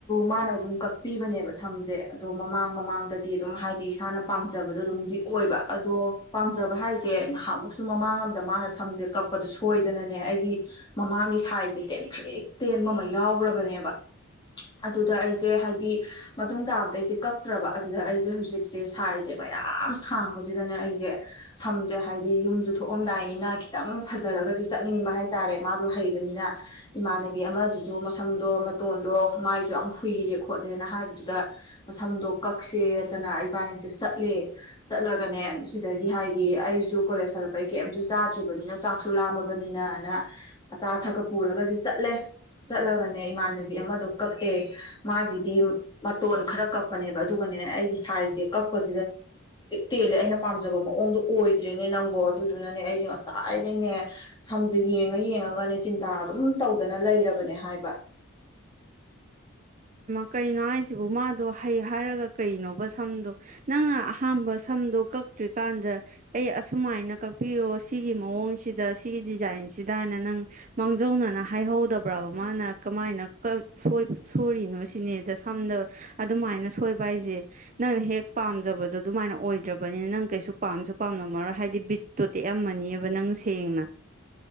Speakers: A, on the left (about 20°); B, on the right (about 35°).
A: ꯃꯥꯅ ꯑꯗꯨꯝ ꯀ ꯄꯤꯕꯅꯦꯕ ꯁꯝꯁꯦ ꯑꯗꯣ ꯃꯃꯥꯡ ꯃꯃꯥꯡꯗꯗꯤ ꯑꯗꯨꯝ ꯍꯥꯏꯗꯤ ꯆꯥꯅ ꯄꯥꯝꯖꯕꯗꯣ ꯑꯗꯨꯝꯗꯤ ꯑꯣꯏꯕ ꯑꯗꯣ ꯄꯥꯝꯖꯕ ꯍꯥꯏꯁꯦ ꯅꯍꯃꯨꯁꯨ ꯃꯃꯥꯡ ꯑꯝꯗ ꯃꯥꯅ ꯁꯝꯁꯦ ꯀꯛꯄꯗ ꯁꯣꯏꯗꯅꯅꯦ ꯑꯩꯒꯤ ꯃꯃꯥꯡꯒꯤ ꯁꯥꯏꯖꯁꯦ ꯇꯦꯟꯊ꯭ꯔꯤꯛ ꯇꯦꯟꯕ ꯑꯃ ꯌꯥꯎꯈ꯭ꯔꯕꯅꯦ ꯕ ꯑꯗꯨꯗ ꯑꯩꯁꯦ ꯍꯥꯏꯗꯤ ꯃꯇꯨꯡ ꯇꯥꯕꯗ ꯑꯩꯁꯦ ꯀꯛꯇ꯭ꯔꯕ ꯑꯗꯨꯗ ꯑꯩꯁꯦ ꯍꯧꯖꯤꯛꯁꯦ ꯁꯥꯏꯁꯦ ꯃꯌꯥꯝ ꯁꯥꯡꯕꯁꯤꯗꯅꯦ ꯑꯩꯁꯦ ꯁꯝꯁꯦ ꯍꯥꯏꯗꯤ ꯌꯨꯝꯁꯨ ꯊꯣꯛꯑꯝꯗꯥꯏꯅꯤꯅ ꯈꯤꯇꯪ ꯐꯖꯔꯒꯁꯨ ꯆꯠꯅꯤꯡꯕ ꯍꯥꯏꯇꯥꯔꯦ ꯃꯥꯗꯣ ꯍꯩꯕꯅꯤꯅ ꯏꯃꯥꯟꯅꯕꯤ ꯑꯃꯗꯨꯁꯨ ꯃꯁꯝ ꯑꯗꯣ ꯃꯇꯣꯟꯗꯣ ꯃꯥꯏꯁꯨ ꯌꯥꯝ ꯍꯨꯏꯔꯦ ꯈꯣꯠꯂꯦꯅ ꯍꯥꯏꯕꯗꯨꯗ ꯃꯁꯝꯗꯣ ꯀꯛꯁꯦꯗꯅ ꯏꯕꯥꯅꯤꯁꯦ ꯆꯠꯂꯦ ꯆꯠꯂꯒꯅꯦ ꯁꯤꯗꯒꯤ ꯍꯥꯏꯗꯤ ꯑꯩꯁꯨ ꯀꯣꯂꯦꯖ ꯆꯠꯂꯛꯄꯩ ꯀꯩꯝꯁꯨ ꯆꯥꯗ꯭ꯔꯤꯕꯅꯤꯅ ꯆꯥꯛꯁꯨ ꯂꯥꯝꯃꯕꯅꯤꯅꯅ ꯑꯆꯥ ꯑꯊꯛꯀ ꯄꯨꯔꯒꯁ ꯆꯠꯂꯦ ꯆꯠꯂꯒ ꯏꯃꯥꯟꯅꯕꯤ ꯑꯃꯗ ꯀꯛꯑꯦ ꯃꯥꯒꯤꯗꯤ ꯃꯇꯣꯟ ꯈꯔ ꯀꯛꯄꯅꯦꯕ ꯑꯗꯨꯒꯅꯦ ꯑꯩꯒꯤ ꯁꯥꯏꯖꯁꯦ ꯀꯛꯄ ꯑꯩꯅ ꯐꯖꯕ ꯃꯑꯣꯡꯗꯣ ꯑꯣꯏꯗ꯭ꯔꯤꯅꯦ ꯅꯪꯕꯨꯣ ꯑꯗꯨꯗꯨꯅꯅꯦ ꯑꯩꯁꯦ ꯉꯁꯥꯏꯗꯩꯅꯦ ꯁꯝꯁꯦ ꯌꯦꯡꯉ ꯌꯦꯡꯉꯒꯅꯦ ꯆꯤꯟꯇꯥ ꯑꯗꯨꯝ ꯇꯧꯗꯅ ꯂꯩꯔꯕꯅꯦ ꯍꯥꯏꯕ
B: ꯀꯩꯅꯣ ꯍꯥꯏꯁꯤꯕꯨ ꯃꯥꯗꯣ ꯍꯩ ꯍꯥꯏꯔꯒ ꯀꯩꯅꯣꯕ ꯁꯝꯗꯣ ꯅꯪꯅ ꯑꯍꯝꯕ ꯁꯝꯗꯣ ꯀꯛꯇ꯭ꯔꯤꯀꯥꯟꯗ ꯑꯩ ꯑꯁꯨꯃꯥꯏꯅ ꯀꯛꯄꯤꯌꯣ ꯁꯤꯒꯤ ꯃꯑꯣꯡꯁꯤꯗ ꯁꯤꯒꯤ ꯗꯤꯖꯥꯏꯟꯁꯤꯗ ꯍꯥꯏꯅ ꯅꯪ ꯃꯥꯡꯖꯧꯅꯅ ꯍꯥꯏꯍꯧꯗꯕ꯭ꯔꯕ ꯃꯥꯅ ꯀꯃꯥꯏꯅꯕ ꯁꯣꯔꯤꯅꯣ ꯁꯤꯅꯦꯗ ꯁꯝꯗꯕ ꯑꯗꯨꯃꯥꯏꯅ ꯁꯣꯏꯕ ꯍꯥꯏꯁꯦ ꯅꯪꯅ ꯍꯦꯛ ꯄꯥꯝꯖꯕꯗꯣ ꯑꯗꯨꯃꯥꯏꯅ ꯑꯣꯏꯗ꯭ꯔꯕꯅꯤꯅ ꯅꯪ ꯀꯩꯁꯨ ꯄꯥꯝꯁꯨ ꯄꯥꯝꯂꯝꯝꯃꯔꯣ ꯍꯥꯏꯗꯤ ꯕꯤꯠꯇꯣ ꯇꯦꯛꯑꯝꯃꯅꯤꯕ ꯅꯪ ꯁꯦꯡꯅ